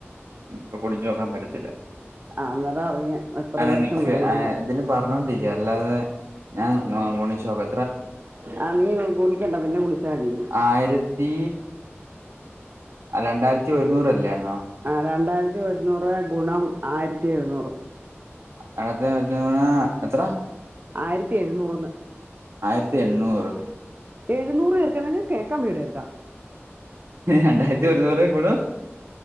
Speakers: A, on the right; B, on the right.
A: ഇപ്പൊ ഗുണിച്ചു നോക്കാൻ പറ്റത്തില്ല
B: ആ, അന്നേരം അറിയാം എത്ര
A: അല്ല
B: ലക്ഷം
A: നിക്ക്
B: വേണമെന്ന്
A: എതിലും പറ പറഞ്ഞോണ്ടിരിക്ക അല്ലാതെ ഞാൻ ഗുണിച്ച് നോക്ക
B: ആ നീ ഗുണിക്കണ്ട പിന്നെ വിളിച്ചാൽ മതി
A: ആയിരത്തി രണ്ടായിരത്തി ഒരുന്നൂറല്ലേന്നോ
B: ആ രണ്ടായിരത്തി ഒരുന്നൂറ് ഗുണം ആയിരത്തി എഴുന്നൂറ്
A: അടുത്തെ ഇടതേം കൂടെ എത്ര
B: ആയിരത്തി എഴുന്നൂറന്ന്
A: ആയിരത്തി എണ്ണൂറ്
B: എഴുന്നൂറ് ചെറുക്കാനേ നിനക്ക് കേൾക്കാൻ വയ്യെടാ ചെറുക്കാ
A: രണ്ടായിരത്തി ഒരുന്നൂറ് ഗുണം